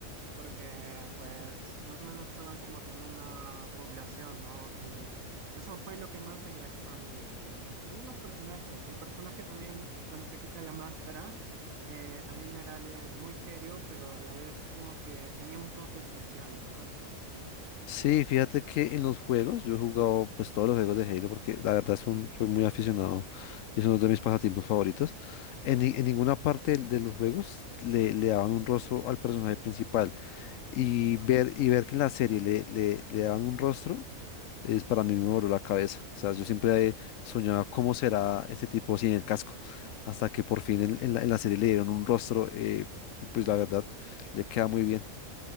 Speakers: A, on the right; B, on the left.
A: porque pues más o menos estaban como que en una población, ¿no? Y eso fue lo que más me enganchó a mí realmente. También los personajes, el personaje también cuando se quita la máscara, eh, también era alguien muy serio, pero a la vez como que tenía un toque especial, ¿verdad?
B: Sí, fíjate que en los juegos, yo he jugado pues todos los juegos de Halo porque la verdad es un- soy muy aficionado y es uno de mis pasatiempos favoritos. En, ni- en ninguna parte de los juegos le, le daban un rostro al personaje principal y
A: Claro.
B: ver, y ver que en la serie le, le, le daban un rostro, es, para mí me voló la cabeza. O sea, yo siempre soñaba cómo será este tipo sin el casco hasta que por fin en, en la, en la serie le dieron un rostro eh, y pues la verdad le queda muy bien.